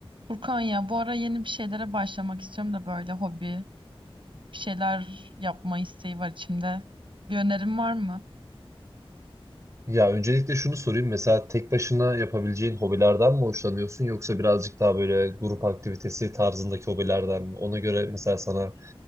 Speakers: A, on the right; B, on the right.
A: Furkan ya bu ara yeni bir şeylere başlamak istiyorum da böyle hobi, bir şeyler yapma isteği var içimde. Bir önerim var mı?
B: Ya öncelikle şunu sorayım. Mesela tek başına yapabileceğin hobilerden mi hoşlanıyorsun yoksa birazcık daha böyle grup aktivitesi tarzındaki hobilerden mi? Ona göre mesela sana